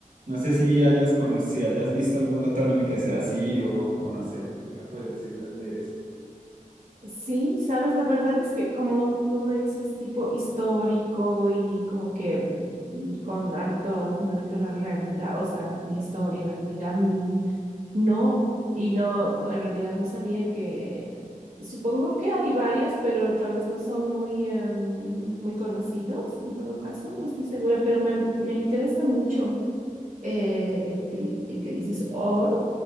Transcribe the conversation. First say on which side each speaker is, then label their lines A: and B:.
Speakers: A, on the right; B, on the right.
A: No sé si hayas conocido, hayas visto algún otro anime que sea así o, o- no sé, ¿qué me puedes decir de eso?
B: Sí, sabes, la verdad es que como tú me dices, tipo histórico y como que mm, con alto fundamento en la realidad, o sea, en la historia, en la realidad, mm, no, y no, en realidad no sabía que, supongo que hay varios, pero tal vez no son muy, em, muy conocidos, en todo caso, no estoy segura, pero me, me interesa mucho eh, el que, el que dices orb,